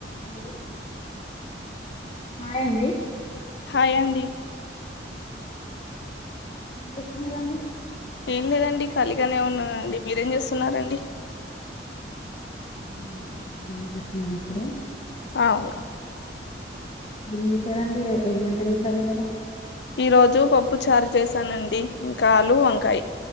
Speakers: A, on the left; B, on the left.
A: Hello hi అండి
B: హాయిడి
A: ఎం వేసినరండి
B: ఏం లేదండి ఖాళీగానే ఉన్నానండి మీరేం చేస్తున్నారండి
A: ేం లేండి తబందుపోతున్నాయి ఇప్పుడే
B: అవునా
A: ఏం చేశారంండి ఏమంటాది ఈ సారి ఇ ఇలా
B: ఈ రోజు పప్పు చారు చేసానండి ఇంకాలు వంకాయ